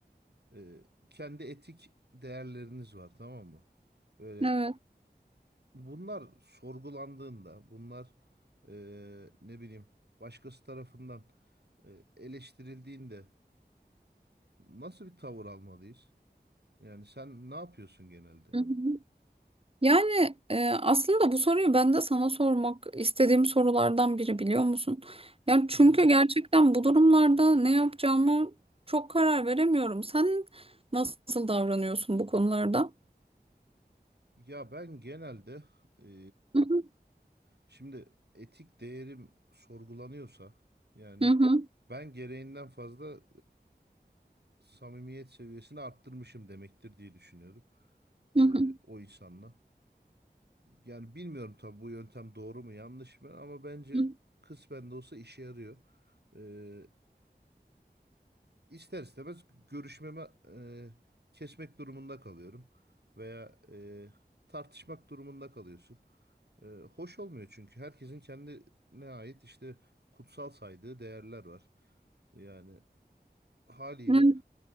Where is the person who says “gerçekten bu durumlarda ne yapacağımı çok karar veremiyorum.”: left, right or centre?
Right